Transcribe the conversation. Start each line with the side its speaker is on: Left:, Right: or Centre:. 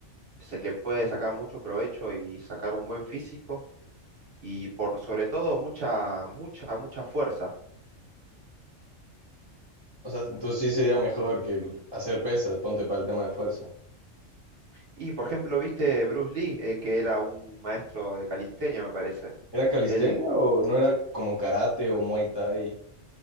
Right: Se le puede sacar mucho provecho y sacar un buen físico y por sobre todo mucha, mucha, mucha fuerza.
Left: o sea, entonces sí sería mejor que el- hacer pesas, ponte para el tema de fuerza.
Right: Y por ejemplo, viste Bruce Lee, eh, que era un maestro de calistenia, me parece.
Left: ¿Era calistenia
Right: Él,
Left: o no era como karate o muay thai?